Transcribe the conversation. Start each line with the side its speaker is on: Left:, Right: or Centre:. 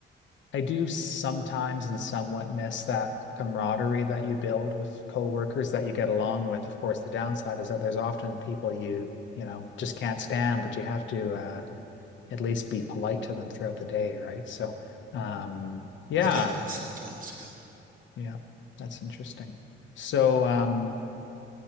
Left: I do sometimes and somewhat miss that camaraderie that you build with coworkers that you get along with. Of course, the downside is that there's often people you, you know, just can't stand, but you have to uh, at least be polite to them throughout the day, right? So, um, yeah,
Right: that happens sometimes. Yeah.
Left: yeah, that's interesting. So, um,